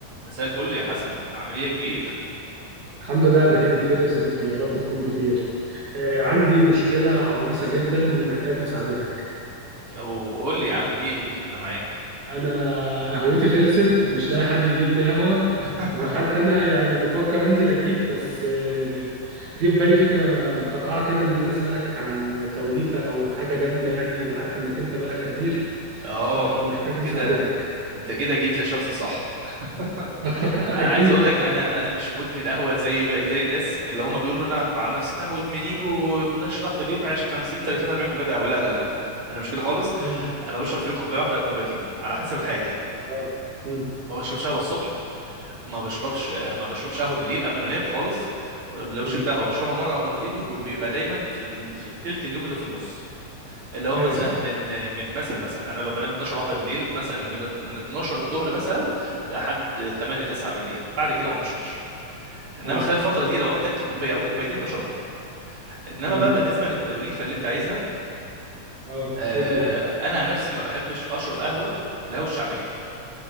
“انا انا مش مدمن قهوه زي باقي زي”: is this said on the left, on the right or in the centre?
Right